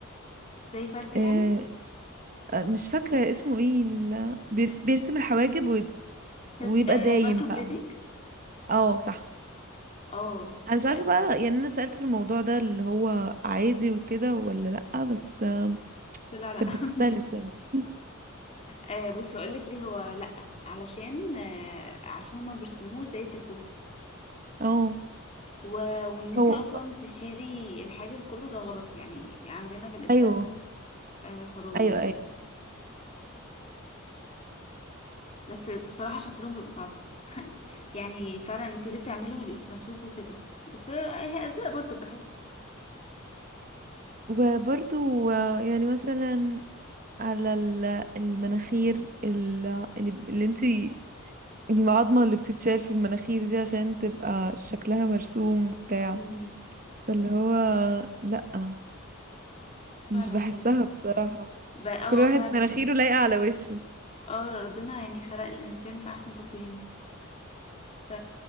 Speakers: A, on the left; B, on the right.
A: <laughs> زي فرد يعني
B: آه آه، مش فاكرة اسمه ايه ال- بيرس- بيرسم الحواجب وي-
A: كانت
B: ويبقى
A: آه
B: دايم
A: مايكرو بليدنج
B: بقى اه صح
A: اه
B: انا مش
A: آه،
B: عارفة بقى يعني انا سألت في الموضوع ده اللي هو عادي وكده ولا لأ بس آم،
A: لا لا
B: كانت بتختلف
A: <laughs>
B: يعني <laughs>
A: آه بص هقولك ليه هو لا علشان آه عشان هما بيرسموه زي التاتو
B: اه
A: و... وان انتي
B: هو
A: اصلا تشيلي الحاجب كله ده غلط يعني عندنا في الاسلام
B: ايوه
A: آه، حروم
B: ايوه
A: يعني وكده
B: ايوه
A: بس بصراحة شكلهم بيبقى صعب <laughs> يعني فعلا انتوا ليه بتعملوا لي- في نفسكم كده بس آه، هي أذواق برضو براحتكم
B: وبرضو آه، يعني مثلا على ال- المناخير ال- اللي, اللي انتي المعضمة اللي بتتشال في المناخير دي عشان تبقى شكلها مرسوم وبتاع
A: امم
B: فاللي هو لأ مش
A: فعلا
B: بحسها
A: فعلا
B: بصراحة
A: ب- اه
B: كل واحد
A: فعلا
B: مناخيره لايقة على وشه
A: اه ربنا يعني خلق الإنسان في أحسن تقويم ف